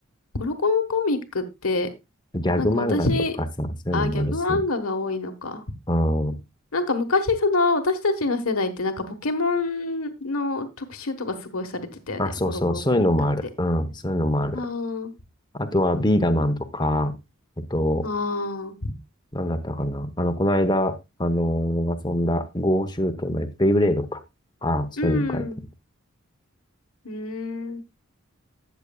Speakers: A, on the left (about 80°); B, on the left (about 20°).
A: コロコロコミックって、
B: ギャグ漫画とかさ、
A: なんか私、
B: そういうのもあるし、
A: あ、ギャグ漫画が多いのか。
B: うん。
A: なんか昔、その、私たちの世代って、なんかポケモンの特集とかすごいされてたよね。
B: あ、そうそう、
A: コロコロコミックって。
B: そういうのもある。うん、そういうのもある。
A: あ
B: あとは、ビーダマンとか、あと、
A: あ、ああ、
B: なんだったかな。あの、この間、あのー遊んだ、ゴーシュートのやつベイブレードか。ああ、そういうの書いてある。
A: うん、うーん。